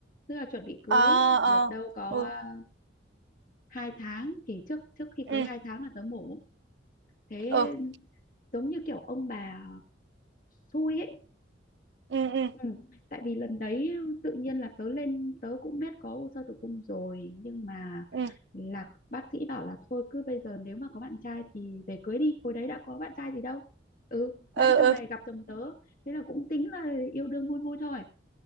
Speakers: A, on the left; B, on the right.
A: tức là chuẩn bị cưới
B: ờ ờ
A: được đâu có
B: ừ
A: à, hai tháng thì trước trước khi
B: ừ
A: cưới hai tháng là tớ mổ thế
B: ừ
A: giống như kiểu ông bà xui ấy
B: ừ ừ
A: ừ. tại vì lần đấy tự nhiên là tớ lên tớ cũng biết có u xơ tử cung rồi nhưng mà
B: ừ
A: là bác sĩ bảo là thôi cứ bây giờ nếu mà có bạn trai thì về cưới đi hồi đấy đã có bạn trai gì đâu ừ
B: ừ
A: mãi
B: ừ
A: sau này
B: ừ
A: gặp chồng tớ thế là cũng tính là yêu đương vui vui thôi